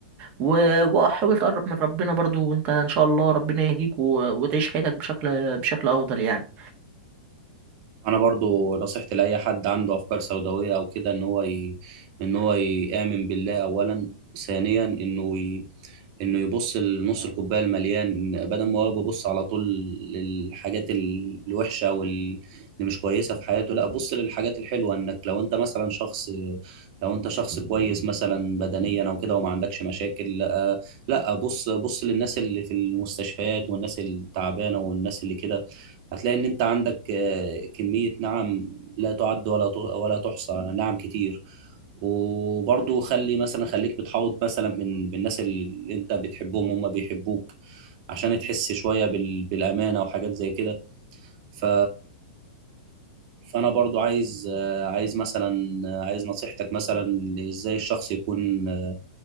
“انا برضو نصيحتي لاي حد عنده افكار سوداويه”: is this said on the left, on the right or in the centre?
Right